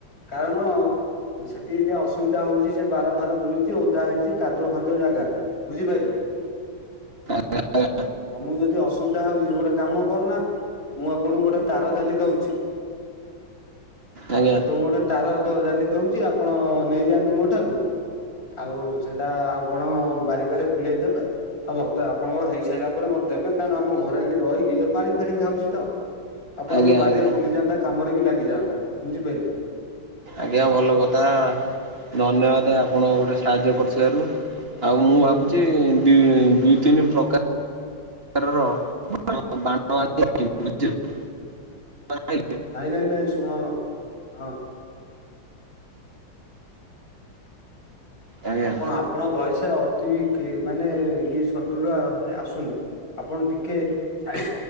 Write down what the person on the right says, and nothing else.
ଆଜ୍ଞା
ଆଜ୍ଞା।
ଆଜ୍ଞା
ଆଜ୍ଞା।
ଆଜ୍ଞା, ଭଲ କଥା ଧନ୍ୟବାଦ ଆପଣ ଗୋଟେ ସାହାଯ୍ୟ କରୁଥିବାରୁ ଆଉ ମୁଁ ଭାବୁଛି ଦୁଇ ତିନି ପ୍ରକାର ପ୍ରକାରର <unintelligible> ଭାଇ।
ଆଜ୍ଞା